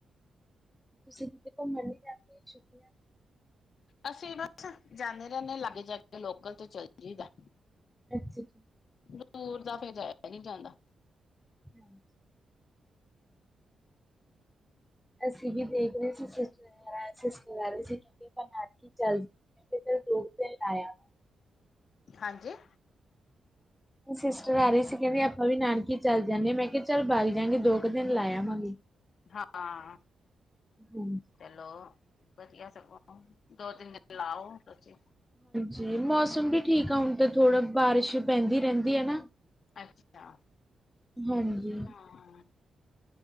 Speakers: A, in the centre; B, on the left.
A: ਤੁਸੀਂ ਕਿਤੇ ਘੁੰਮਣ ਨੀ ਜਾਦੇ ਛੁੱਟਿਆ <inaudible>
B: ਅਸੀਂ ਬਸ ਜਾਂਦੇ ਰਹਿੰਦੇ ਹ ਲਾਗੇ-ਛਾਗੇ ਲੋਕਲ ਤੇ ਚੱਲ ਜਈਦਾ।
A: ਅੱਜੀ ਕੀ <inaudible>
B: ਦੂਰ ਦਾ ਫਿਰ, ਜਾਇਆ ਨਹੀਂ ਜਾਂਦਾ।
A: ਹਮ <inaudible> ਅਸੀਂ ਵੀ ਦੇਖ ਰਹੇ ਸੀ ਸ ਸਚਦ ਸੀ ਕਿਉਂਕਿ ਨਾਨਕੀ ਚੱਲ <inaudible> ਰੂੂਰ ਲਾਇ <inaudible>
B: ਹਾਂਜੀ
A: ਸਿਸਟਰ ਆ ਰਹੀ ਸੀ, ਕਹਿੰਦੀ ਆਪਾਂ ਵੀ ਨਾਨਕੇ ਚੱਲ ਜਾਂਦੇ, ਮੈਂ ਕਿਹਾ ਚੱਲ ਬਗ ਜਾਂਗੇ ਦੋ ਕੁ ਦਿਨ ਲਾ ਆਵਾਂਗੇ।
B: ਹਾਂ-ਚਲੋ
A: ਹਾਂਜੀ।
B: ਵਧੀਆ ਸਗੋਂ। ਦੋ, ਤਿੰਨ ਦਿਨ ਲਾਓ ਤੁਸੀ
A: ਜੀ ਮੌਸਮ ਵੀ ਠੀਕ ਆ ਹੁਣ ਤਾਂ ਥੋੜਾ, ਬਾਰਿਸ਼ ਪੈਂਦੀ ਰਹਿੰਦੀ ਹੈ ਨਾ।
B: ਅੱਛਾ।
A: ਹਾਂਜੀ।
B: ਹਾਂ